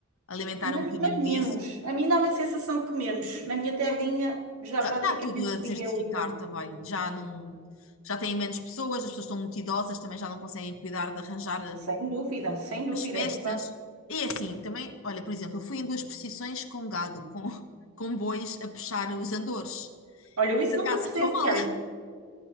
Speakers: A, on the left; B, on the right.
A: alimentar
B: Mas,
A: um bocadinho
B: mas menos.
A: isso.
B: A mim dá uma sensação que menos. Na minha terrinha já praticamente
A: Está tudo a desertificar
B: ninguém liga.
A: também, já não, já têm menos pessoas, as pessoas estão muito idosas, também já não conseguem cuidar de arranjar eh,
B: Sem dúvida, sem dúvida,
A: as festas.
B: é verdade.
A: E assim, também, olha, por exemplo, eu fui em duas procissões com gado, com, <laughs> com bois a puxar os andores.
B: Olha, eu isso
A: Por
B: nunca
A: acaso
B: presenciei.
A: correu mal,